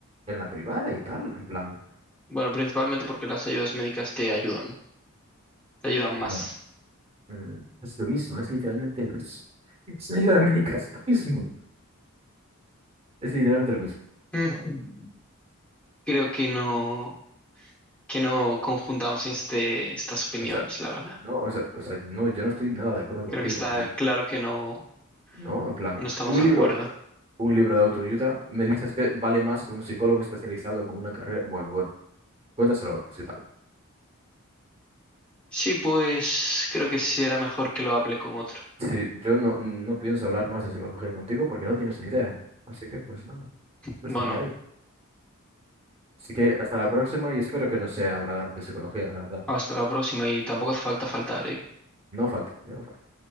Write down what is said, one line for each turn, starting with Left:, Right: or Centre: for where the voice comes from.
Right: en la privada y tal. En plan,
Centre: Bueno, principalmente porque las ayudas médicas te ayudan, te ayudan más.
Right: bueno, mm, es lo mismo, es literalmente lo mismo. <laughs> Es literalmente lo mismo. Es literalmente lo mismo.
Centre: Mm. Creo que no, que no conjuntamos este, estas opiniones,
Right: O sea,
Centre: la verdad.
Right: no, o sea, o sea, no, yo no estoy nada de acuerdo contigo.
Centre: Creo que está
Right: El-
Centre: claro que no,
Right: no, en plan,
Centre: no estamos
Right: un
Centre: de
Right: libro,
Centre: acuerdo.
Right: un libro de autoayuda, me dices que vale más que un psicólogo especializado con una carrera. Bueno, bueno, cuéntaselo a otros y tal.
Centre: Sí, pues creo que sí será mejor que lo hable con otro.
Right: Sí, yo no, no pienso hablar más de psicología contigo porque no tienes ni idea. Así que, pues no, es
Centre: Bueno,
Right: lo que hay. Así que hasta la próxima y espero que no sea hablar de psicología, la verdad.
Centre: hasta la próxima y tampoco hace falta faltar, ¿eh?
Right: No falta, yo no falto.